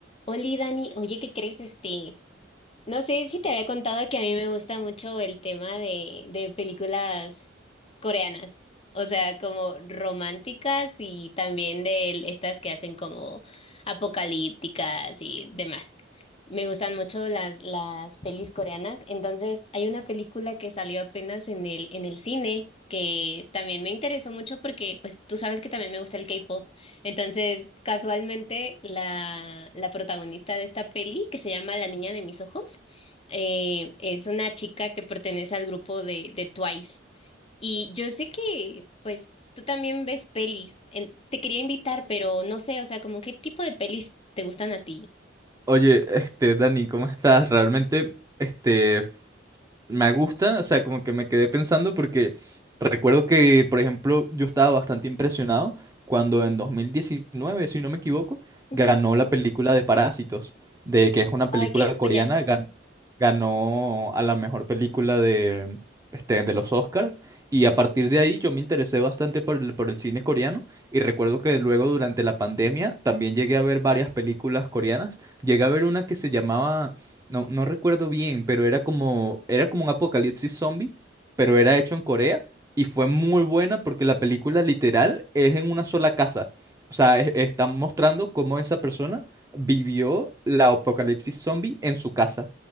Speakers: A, on the left (about 30°); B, on the right (about 20°).
A: Oli, Dani, oye, ¿qué crees? Este, no sé si te había contado que a mí me gusta mucho el tema de, de películas coreanas, o sea, como románticas y también de el- estas que hacen como apocalípticas y demás. Me gustan mucho las, las pelis coreanas, entonces hay una película que salió apenas en el, en el cine que también me interesó mucho porque, pues, tú sabes que también me gusta el K-pop. Entonces, casualmente, la, la protagonista de esta peli, que se llama La niña de mis ojos, eh, es una chica que pertenece al grupo de, de Twice. Y yo sé que, pues, tú también ves pelis. En- te quería invitar, pero no sé, o sea, como qué tipo de pelis te gustan a ti.
B: Oye, este, Dani, ¿cómo estás? Realmente, este, me gusta, o sea, como que me quedé pensando porque recuerdo que, por ejemplo, yo estaba bastante impresionado cuando en 2019, si no me equivoco,
A: Ujú.
B: ganó la película de Parásitos, de que es una
A: Ay,
B: película
A: qué
B: coreana,
A: joya.
B: ganó a la mejor película de, este, de los Oscars y a partir de ahí yo me interesé bastante por el, por el cine coreano y recuerdo que luego durante la pandemia también llegué a ver varias películas coreanas. Llegué a ver una que se llamaba, no, no recuerdo bien, pero era como, era como un apocalipsis zombie, pero era hecho en Corea y fue muy buena porque la película literal es en una sola casa. O sea, es- están mostrando cómo esa persona vivió la apocalipsis zombie en su casa.